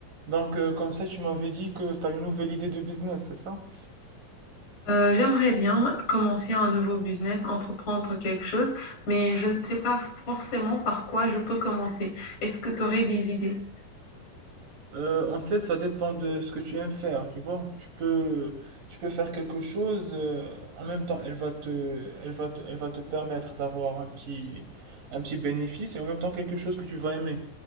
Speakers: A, on the right; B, on the left.
A: Donc, euh, comme ça, tu m'avais dit que tu as une nouvelle idée de business, c'est ça?
B: Euh, j'aimerais bien commencer un nouveau business, entreprendre quelque chose, mais je ne sais pas forcément par quoi je peux commencer. Est-ce que tu aurais des idées?
A: Euh, en fait, ça dépend de ce que tu aimes faire, tu vois. Tu peux, tu peux faire quelque chose, euh, en même temps, elle va te, elle va te, elle va te permettre d'avoir un petit, un petit bénéfice et en même temps quelque chose que tu vas aimer.